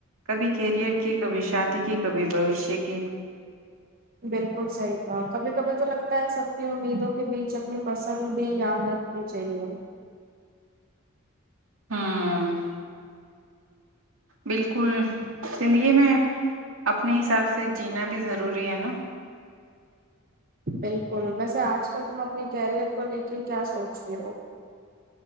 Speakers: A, on the right; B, on the right.
A: کبھی کیریئر کی کبھی شادی کی کبھی بوشیہ کی
B: بالکل صحیح کا کبھی کبھی تو لگتا ہے سب کی امیدوں کے بیچ اپنی پسند بھی یاد رکھنی چاہیے
A: ہوں بالکل زندگی میں اپنے حساب سے جینا بھی ضروری ہے نا
B: بالکل ویسے آج کل تم اپنے کیریئر کو لے کے کیا سوچ رہے ہو